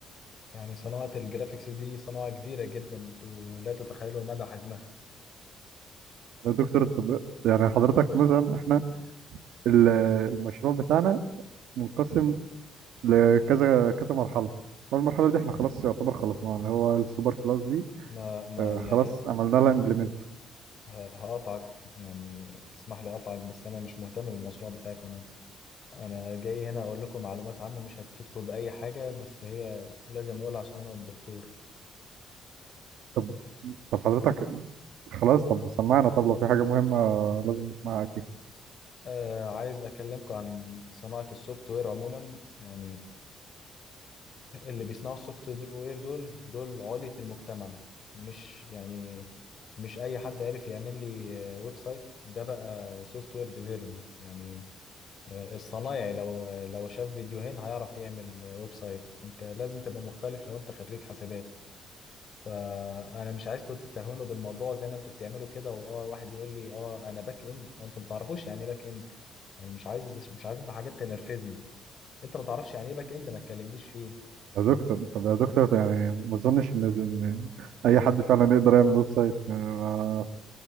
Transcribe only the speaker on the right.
يا دكتور طب يعني حضرتك مثلا احنا ال- المشروع بتاعنا منقسم لكذا كذا مرحله والمرحله دي احنا خلاص يعتبر خلصناها اللي هو السوبر كلاس دي
آه،
خلاص عملنا لها امبلمنت
طب طب حضرتك خلاص طب سمعنا طب لو في حاجه مهمه لازم نسمعها اكيد
يا دكتور طب يا دكتور يعني ما اظنش ان ان اي حد فعلا يقدر يعمل ويب سايت يعني ما-